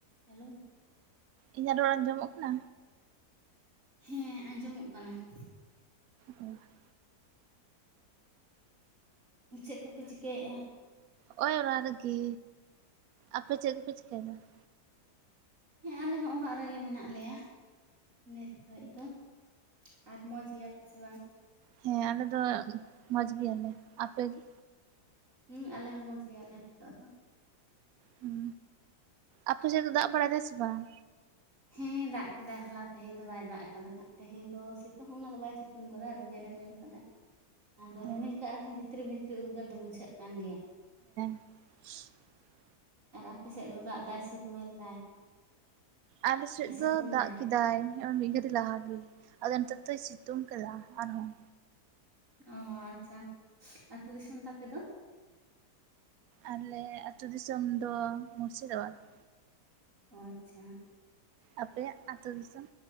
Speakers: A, on the right; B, on the right.
A: Hello <inaudible>
B: ᱤᱧᱟᱹᱜ ᱨᱚᱲ ᱟᱡᱚᱢᱚᱜ ᱠᱟᱱᱟ?
A: ᱦᱮᱸ ᱟᱸᱡᱚᱢᱚᱜ ᱠᱟᱱᱟ ᱾
B: ᱚ <inaudible>
A: ᱪᱮᱫ ᱠᱚᱯᱮ ᱪᱤᱠᱟᱹᱭᱮᱫᱼᱟ ᱾
B: ᱦᱭ ᱚᱲᱟ ᱨᱮᱜᱮ ᱟᱯᱮ ᱪᱮᱫ ᱜᱮᱯᱮ ᱪᱤᱠᱟᱹᱭᱟ ᱾
A: ᱦᱮᱸ ᱟᱞᱮ ᱦᱚᱸ ᱚᱲᱟᱜ ᱨᱮᱜᱮ ᱢᱮᱱᱟᱜ ᱞᱮᱭᱟ ᱱᱤᱛ ᱜᱟᱹᱲᱤᱡ ᱫᱚ ᱾ ᱟᱨ ᱢᱚᱡᱽ ᱜᱮᱭᱟ ᱯᱮ ᱥᱮ ᱵᱟᱝ?
B: ᱦᱮᱸ ᱟᱞᱮ ᱫᱚ ᱢᱚᱡᱽ ᱜᱮᱭᱟᱞᱮ ᱟᱯᱮᱜ ᱜᱮ?
A: ᱦᱮᱸ ᱟᱞᱮ ᱦᱚᱸ ᱢᱚᱡᱽ ᱜᱮᱭᱟᱞᱮ ᱱᱤᱛᱚᱜ ᱫᱚ᱾
B: ᱦᱮᱸ ᱟᱯ ᱥᱮᱫ ᱫᱚ ᱫᱟᱜ ᱵᱟᱲᱟᱭ ᱥᱮ ᱵᱟᱝ
A: ᱦᱮᱸ ᱫᱟᱜ ᱠᱮᱫᱟᱭ ᱦᱚᱞᱟ ᱛᱮᱦᱮᱧ ᱫᱚ ᱵᱟᱭ ᱫᱟᱜ ᱠᱟᱫᱟ ᱦᱟᱸᱜ ᱛᱮᱦᱮᱧ ᱫᱚ ᱥᱤᱛᱩᱝ ᱚᱱᱟ ᱫᱚ ᱵᱟᱭ ᱥᱤᱛᱩᱝ ᱠᱟᱫᱟ ᱨᱮᱢᱮᱞ ᱨᱤᱢᱤᱞ ᱠᱟᱫᱟᱭ ᱟᱫᱚ
B: ᱚ
A: ᱨᱤᱢᱤᱞ ᱠᱟᱜ ᱨᱮᱦᱚᱸ ᱵᱷᱤᱛᱨᱤ ᱵᱷᱤᱛᱨᱤ ᱩᱫᱽᱜᱟᱹᱨ ᱫᱚ ᱵᱩᱡᱷᱟᱹᱜ ᱠᱟᱱ ᱜᱮᱭᱟ ᱾
B: <inaudible>
A: ᱟᱨ ᱟᱯᱮ ᱥᱮᱫ ᱫᱚ ᱫᱟᱜ ᱫᱟᱭ ᱥᱮᱤᱨᱢᱮᱞ ᱫᱟᱭ?
B: ᱟᱞᱮ ᱥᱮᱫ
A: ᱥᱮ ᱥᱤᱛᱩᱝ
B: ᱫᱚ ᱫᱟᱜ
A: ᱫᱟᱭ
B: ᱠᱮᱫᱟᱭ ᱢᱤᱫ ᱜᱷᱟᱹᱲᱤᱡ ᱞᱟᱦᱟᱜᱮ ᱾ ᱟᱫᱚ ᱱᱮᱛᱟᱨ ᱫᱚᱭ ᱥᱤᱛᱩᱝ ᱠᱮᱫᱟ ᱟᱨᱦᱚᱸ᱾
A: ᱚ ᱟᱪᱪᱷᱟ ᱟᱹᱛᱩ ᱫᱤᱥᱚᱢ ᱛᱟᱯᱮ ᱫᱚ?
B: ᱟᱞᱮ ᱟᱹᱛᱩ ᱫᱤᱥᱚᱢ ᱫᱚ ᱢᱩᱨᱥᱤᱫᱟᱵᱟᱫ ᱾
A: ᱚ ᱟᱪᱪᱷᱟ ᱾
B: ᱟᱯᱮ ᱟᱜ ᱟᱹᱛᱩ ᱫᱤᱥᱚᱢ?